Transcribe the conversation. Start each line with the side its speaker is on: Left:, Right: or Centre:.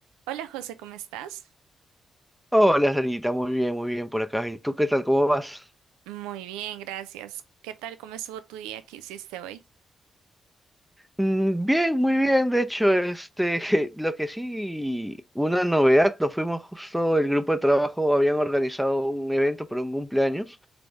Right: Hola José, ¿cómo estás?
Centre: Hola, Sarita, muy bien, muy bien por acá. ¿Y tú qué tal? ¿Cómo vas?
Right: Muy bien, gracias. ¿Qué tal? ¿Cómo estuvo tu día? ¿Qué hiciste hoy?
Centre: Mm, bien, muy bien. De hecho, este, <laughs> lo que sí, una novedad, nos fuimos justo, el grupo de trabajo habían organizado un evento por un cumpleaños